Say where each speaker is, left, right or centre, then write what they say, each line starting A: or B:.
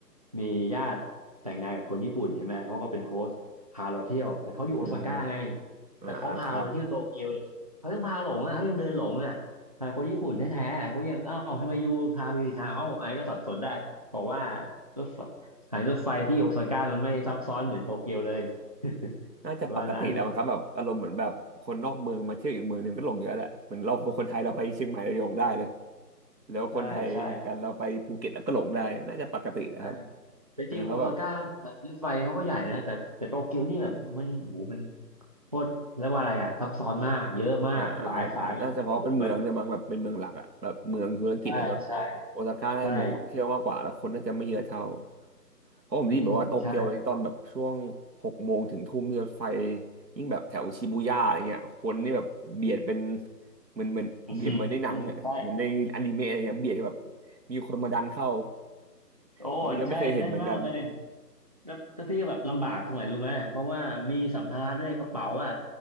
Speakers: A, on the right; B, on the right.
A: มีญาติแต่งงานกับคนญี่ปุ่นใช่ไหมเขาก็เป็นโฮสต์พาเราเที่ยวแต่เขาอยู่โอซาก้าไง
B: อืมอ่าครับ
A: แต่เขาพาเราไปเที่ยวโตเกียวเนี่ยเขายังพาหลงอ่ะเขายังเดินหลงอ่ะแต่คนญี่ปุ่นแท้ๆเขายังอ้าวทำไมอยูพาไปผิดทางเอ้าไอ้ก็สับสนได้ บอกว่ารถไฟสถานีรถไฟที่โอซาก้ามันไม่ซับซ้อนเหมือนโตเกียวเลย <laughs>
B: น่าจะปกติแล้วมั้งครับแบบอารมณ์เหมือนแบบคนนอกเมืองมาเที่ยวอีกเมืองหนึงก็หลงเยอะแหละเหมือนเราเป็นคนไทยเราไปเชียงใหม่เราหลงได้เลย
A: ประมาณนั้น
B: แล้วคนไทยเหมือนกันเราไปภูเก็ตแล้ก็หลงได้น่าจะปกตินะครับ
A: ใช่ใช่ใช่แต่จริงโอซาก้า
B: นะครับแบบ
A: รถไฟเขาก็ใหญ่นะแต่แต่โตเกียวนี่แบบมันโหูมันโคตรเรียกว่าอะไรอ่ะซับซ้อนมากเยอะมากหลายสายมันมันโอ้โหมัน
B: อ่าครับน่าจะเพราะเป็นเมืองเนี่ยมั้งแบบเป็นเมืองหลักอะแบบเมืองธุรกิจอะเนาะ
A: ใช่ใช่
B: โอซาก้าน่าจะเมืองท่องเที่ยวมากกว่าแล้วคนน่าจะไม่เยอะเท่า
A: ใช่
B: เพราะผมได้ยินแบบว่าโตเกียวตอนแบบช่วงหกโมงถึงทุ่มเนี่ยรถไฟ
A: อืมใช่
B: ยิ่งแบบแถวชิบูย่าอะไรเงี้ยคนนี่แบบเบียดเป็นเหมือนเหมือนเบียดเหมือนในหนังอะเหมือนในอนิเมะอะไรเงี้ยเบียดแบบ
A: <laughs> อืมใช่
B: มีคนมาดันเข้า
A: <laughs> โอ้ใช่แน่นมากเลย
B: ผมยังไม่เคยเห็นเหมือนกัน
A: แล้วแล้วพี่ก็แบบลำบากตรงไหนรู้ไหมเพราะว่ามีสัมภาระด้วยกระเป๋าอ่ะ